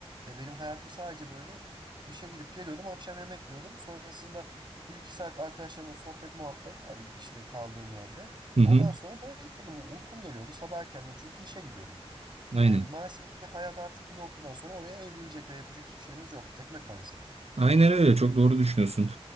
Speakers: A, on the right; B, on the right.
A: E, benim hayatım sadece böyle işe gidip geliyordum, akşam yemek yiyordum. Sonrasında bir iki saat arkadaşlarımla sohbet muhabbet ay, işte kaldığım yerde.
B: Hı hı.
A: Ondan sonra bayılıyordum. Uykum geliyordu sabah erkenden çünkü işe gidiyordum.
B: Aynen.
A: Yani maalesef ki hayat artık bir noktadan sonra oraya evrilecek ve yapacak hiçbir şeyimiz yok. Ekmek parası.
B: Aynen öyle çok doğru düşünüyorsun.